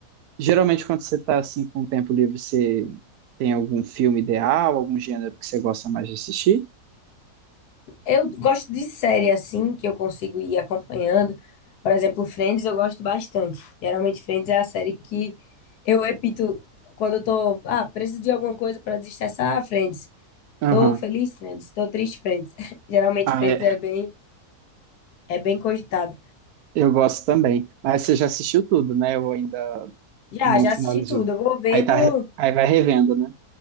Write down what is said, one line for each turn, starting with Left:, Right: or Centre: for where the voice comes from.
Right: Geralmente, quando você tá assim com tempo livre, você tem algum filme ideal, algum gênero que você gosta mais de assistir?
Left: Eu gosto de série assim, que eu consigo ir acompanhando. Por exemplo, Friends eu gosto bastante. Geralmente, Friends é a série que eu repito quando eu tô, ah, preciso de alguma coisa para desestressar, ah, Friends.
Right: Aham.
Left: Tô feliz, Friends. Tô triste, Friends. <laughs> Geralmente,
Right: Ah,
Left: Friends
Right: é.
Left: é bem, é bem cogitado.
Right: Eu gosto também. Mas você já assistiu tudo, né? Ou ainda
Left: Já,
Right: não
Left: já
Right: finalizou.
Left: assisti tudo. Eu vou vendo,
Right: Aí tá, re- aí vai revendo, né?